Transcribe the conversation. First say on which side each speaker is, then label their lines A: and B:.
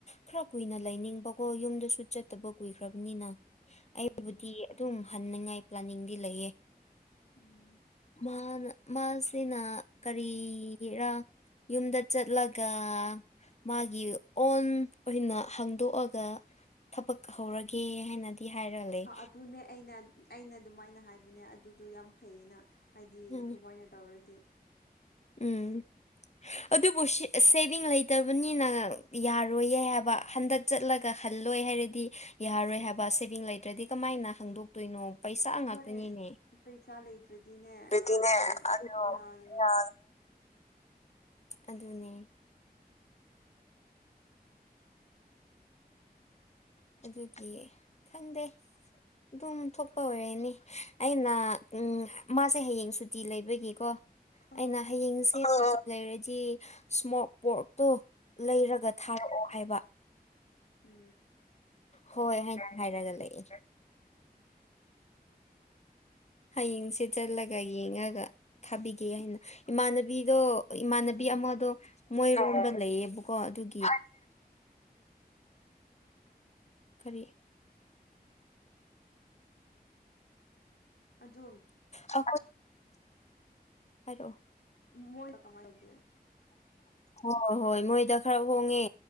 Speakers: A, on the left (about 45°); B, on the left (about 85°).
A: ꯈꯔ ꯀꯨꯏꯅ ꯂꯩꯅꯤꯡꯕꯀꯣ ꯌꯨꯝꯗꯁꯨ ꯆꯠꯇꯕ ꯀꯨꯏꯈ꯭ꯔꯕꯅꯤꯅ ꯑꯩꯕꯨꯗꯤ
B: ꯎꯝ
A: ꯑꯗꯨꯝ ꯍꯟꯅꯤꯡꯉꯥꯏ ꯄ꯭ꯂꯥꯅꯤꯡꯗꯤ ꯂꯩꯌꯦ
B: ꯎꯝ
A: ꯃꯥꯅ ꯃꯥꯁꯤꯅ ꯀꯔꯤꯔꯥ ꯌꯨꯝꯗ ꯆꯠꯂꯒ ꯃꯥꯒꯤ ꯑꯣꯟ ꯑꯣꯏꯅ ꯍꯥꯡꯗꯣꯛꯑꯒ ꯊꯕꯛ ꯍꯧꯔꯒꯦ ꯍꯥꯏꯅꯗꯤ ꯍꯥꯏꯔ ꯂꯩ
B: ꯑꯗꯨꯅꯦ ꯑꯩꯅ ꯑꯩꯅ ꯑꯗꯨꯃꯥꯏꯅ ꯍꯥꯏꯕꯅꯦ ꯑꯗꯨꯗꯨꯣ ꯌꯥꯝ ꯐꯩꯌꯦꯅ ꯍꯥꯏꯗꯤ
A: ꯎꯝ
B: ꯑꯗꯨꯃꯥꯏꯅ ꯇꯧꯔꯗꯤ
A: ꯎꯝ ꯑꯗꯨꯕꯨ ꯁꯦꯚꯤꯡ ꯂꯩꯇꯕꯅꯤꯅ ꯌꯥꯔꯣꯏꯌꯦ ꯍꯥꯏꯕ ꯍꯟꯗꯛ ꯆꯠꯂꯒ ꯍꯜꯂꯣꯏ ꯍꯥꯏꯔꯗꯤ ꯌꯥꯔꯔꯣꯏ ꯍꯥꯏꯕ ꯁꯦꯚꯤꯡ ꯂꯩꯇ꯭ꯔꯗꯤ ꯀꯃꯥꯏꯅ ꯍꯪꯗꯣꯛꯇꯣꯏꯅꯣ ꯄꯩꯁꯥ ꯉꯥꯛꯇꯅꯤꯅꯦ
B: ꯍꯣꯏ ꯄꯩꯁꯥ ꯂꯩꯇ꯭ꯔꯗꯤꯅꯦ
A: ꯑꯗꯨꯗꯤꯅꯦ
B: ꯑꯗꯨ
A: ꯑꯗ
B: ꯌꯥꯔꯔꯣꯏ
A: ꯑ ꯑꯗꯨꯅꯦ ꯑꯗꯨꯒꯤ ꯈꯪꯗꯦ ꯑꯗꯨꯝ ꯊꯣꯛꯄ ꯑꯣꯏꯔꯦꯅꯤ ꯑꯩꯅ ꯃꯥꯁꯦ ꯍꯌꯦꯡ ꯁꯨꯇꯤ ꯂꯩꯕꯒꯤꯀꯣ
B: ꯑ
A: ꯑꯩꯅ ꯍꯌꯦꯡꯁꯦ ꯂꯩꯔꯗꯤ ꯏꯁꯃꯣꯛ ꯄꯣꯔꯛꯇꯣ ꯂꯩꯔꯒ
B: ꯎꯝ
A: ꯊꯥꯔꯑꯣ ꯍꯥꯏꯕ
B: ꯎꯝ
A: ꯍꯣꯏ ꯍꯥꯏꯅ ꯍꯥꯏꯔꯒ ꯂꯩ ꯍꯌꯦꯡꯁꯦ ꯆꯠꯂꯒ ꯌꯦꯡꯉꯒ ꯊꯥꯕꯤꯒꯦ ꯍꯥꯏꯅ ꯏꯃꯥꯟꯅꯕꯤꯗꯣ ꯏꯃꯥꯟꯅꯕꯤ
B: ꯑꯣ
A: ꯑꯃꯗꯣ ꯃꯣꯏꯔꯣꯝꯗ
B: ꯍꯥꯏꯗꯤ
A: ꯂꯩꯌꯦꯕꯀꯣ
B: ꯎꯝ
A: ꯑꯗꯨꯒꯤ ꯀꯔꯤ
B: ꯑꯗꯨꯝ
A: ꯑ ꯍꯥꯏꯔꯣ
B: ꯃꯣꯏꯁꯨ ꯀꯃꯥꯏꯒꯦ
A: ꯑ ꯍꯣꯏ ꯍꯣꯏ ꯃꯣꯏꯗ ꯈꯔ ꯍꯣꯡꯉꯦ